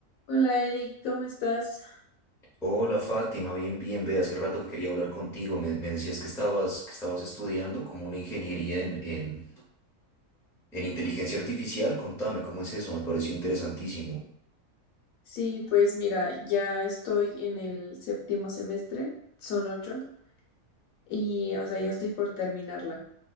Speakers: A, on the left; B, in the centre.
A: Hola Eric, ¿cómo estás?
B: Hola Fátima, bien, bien, ve, hace rato que quería hablar contigo. Me, me decías que estabas, que estabas estudiando como una ingeniería en, en, en inteligencia artificial. Contame, ¿cómo es eso? Me pareció interesantísimo.
A: Sí, pues mira, ya estoy en el séptimo semestre, son ocho, y o sea, ya estoy por terminarla.